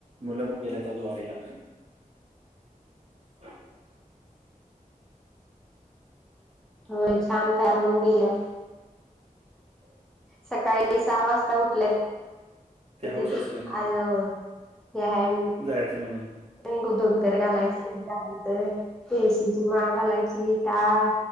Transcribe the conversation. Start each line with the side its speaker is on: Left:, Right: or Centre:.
Right: मुलं मुली गेलेत आज वारीला, <inaudible>
Centre: होय छान तयार होऊन गेल्यात. सकाळी सहा वाजता उठल्यात
Right: ते
Centre: <unintelligible>
Right: हौस असते मोठी
Centre: आज हे हाये
Right: जायचं म्हणून
Centre: नाही गो धोतर घालायचं, त्यानंन्तर तुळशीची माळ घालायची टाळ